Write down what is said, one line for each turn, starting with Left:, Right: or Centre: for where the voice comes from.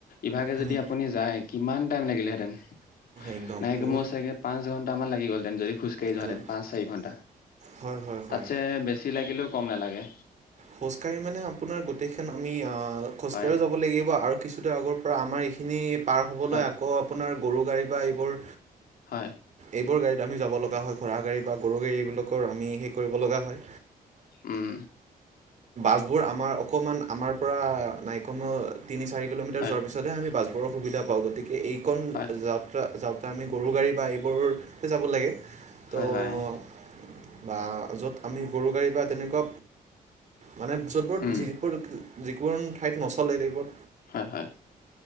Left: ইভাগে
Right: উম,
Left: যদি আপুনি যায় কিমান টাইম লাগিলেঁতেন।
Right: একদম
Left: নাইকমেও
Right: বহুত
Left: চাগে পাঁচ ঘন্টামান লাগি গ'লহেতেন যদি খোজকাঢ়ি যোৱাহেঁতেন
Right: উম,
Left: পাঁচ চাৰি ঘন্টা,
Right: হয় হয় হয়
Left: তাতছে বেছি লাগিলেও কম নালাগে।
Right: খোজ কাঢ়ি মানে আপোনাৰ গোটেই খন আমি আ অঁ খোজকাঢ়িও
Left: হয়
Right: যাব লাগিব আৰু কিছুদূৰ আগৰ পৰা আমাৰ এই খিনি পাৰ হ'বলৈ
Left: হয়
Right: আকৌ আপোনাৰ গৰু গাড়ী বা এইবোৰ
Left: হয়।
Right: এইব গাড়ী আমি য লগা হয় ঘোঁৰা গাড়ী বা গৰু গাড়ী এইবাক। আমি সেই কৰিব লগা হয়।
Left: উম
Right: যিবোৰ আমাৰ অকণমান আমাৰ পৰা নাইকম তিনি চাৰি কিলোমিাৰ
Left: হয়
Right: যোৱাৰ পিতহ আমি বাজ ময়ো সুবিধা পাওঁ গতিকে এই কণ
Left: হয়
Right: জাত যাওঁতে আমি গৰু গাড়ী বা এইবোৰতে যাব লাগে। তো
Left: হয়-হয়
Right: বা য'ত আমি গৰু গাড়ী, বা তেনেকুৱা মানে যতবোৰ
Left: উম
Right: যোৰ যিকোন ঠাইত নষ্ট খুলেই টাইপৰ।
Left: হয়-হয়